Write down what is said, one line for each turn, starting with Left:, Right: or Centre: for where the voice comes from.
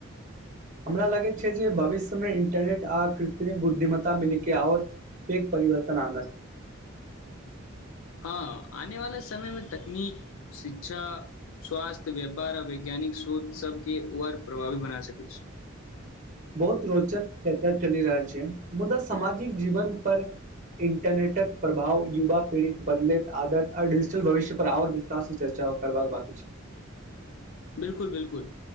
Right: <inaudible> हमरा लगैत छै जे भविष्यमे इंटरनेट आ कृत्रिम बुद्धिमता मिलैके आओर पैघ परिवर्तन आनत
Left: हँ आने वाले समयमे तकनीक शिक्षा स्वास्थ्य व्यापार आ विज्ञान तनिक श्रोत सब के आओर प्रभावी बना सकैत छी
Right: <inaudible> बहुत रोचक चर्चा चलि रहल मुदा सामाजिक जीवन पर इंटरनेटक प्रभाव युवा पीढ़िक बदलैत आदत आ डिजिटल भविष्य पर आओर विस्तार से चर्चा करबाक बांकी छै
Left: बिलकुल बिलकुल